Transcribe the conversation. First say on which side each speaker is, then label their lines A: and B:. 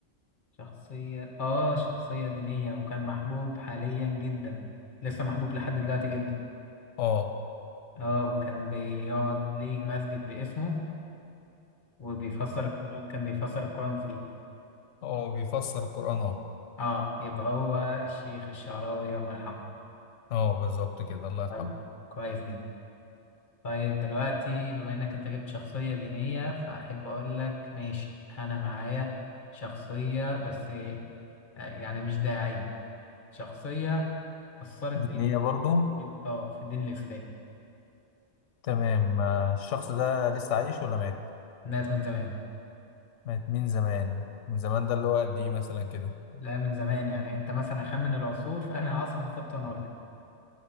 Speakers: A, on the left; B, on the left.
A: شخصية اه شخصية دينية وكان محبوب حاليا جدا لسه محبوب لحد دلوقتي جدا
B: اه
A: اه وكان بيقعد ليه مسجد باسمه وبيفسر القرآن كان بيفسر القرآن فيه
B: هو بيفسر القرآن اه
A: اه يبقى هو الشيخ الشعراوي الله يرحمه
B: اه بالظبط كده الله يرحمه
A: طيب كويس جدا طيب دلوقتي بما انك انت جبت شخصية دينية فاحب اقول لك ماشي انا معايا شخصية بس آه، يعني مش داعية شخصية أثرت
B: دينية
A: جدا
B: برضو
A: في اه في الدين الإسلامي
B: تمام آه، الشخص ده لسه عايش ولا مات؟
A: الناس من زمان
B: مات من زمان من زمان ده اللي هو قد ايه مثلا كده
A: لا من زمان يعني انت مثلا خمن العصور فانا عصر بالظبط وانا اقول لك